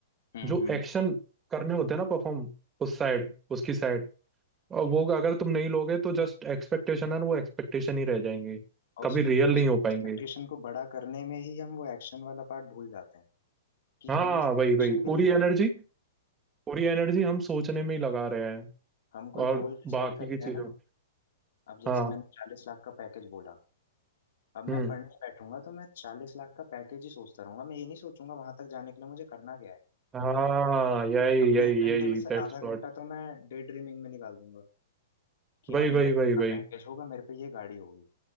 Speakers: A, on the left; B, on the right.
A: हो। हम्म
B: जो
A: हम्म
B: एक्शन करने होते हैं ना परफॉर्म उस साइड उसकी साइड और वो अगर तुम नहीं लोगे तो जस्ट एक्सपेक्टेशन है ना वो एक्सपेक्टेशन ही रह जाएंगे
A: और
B: कभी रियल
A: एक्सपेक्टेशन
B: नहीं हो पाएंगे
A: को बड़ा करने में ही हम वो एक्शन वाला पार्ट भूल जाते हैं कि
B: हाँ
A: हमें इस पे
B: वही
A: एक्शन
B: वही
A: भी
B: पूरी
A: लेना
B: एनर्जी
A: था
B: पूरी एनर्जी हम सोचने में ही लगा रहे हैं
A: हम कोई
B: और
A: गोल डिसाइड
B: बाकी
A: करते
B: की चीजों
A: हैं ना अब जैसे
B: हाँ
A: मैंने चालीस लाख का पैकेज बोला अब
B: हम्म
A: मैं पढ़ने बैठूंगा तो मैं चालीस लाख का पैकेज ही सोचता रहूंगा मैं ये नहीं सोचूंगा वहां तक जाने के लिए मुझे करना क्या है
B: हाँ यही
A: अपने
B: यही
A: एक घंटे
B: यही
A: में से
B: दैट्स
A: आधा
B: व्हाट
A: घंटा तो मैं डे ड्रीमिंग में निकाल दूंगा कि यार
B: वही वही
A: मेरा इतना
B: वही वही
A: पैकेज होगा मेरे पे ये गाड़ी होगी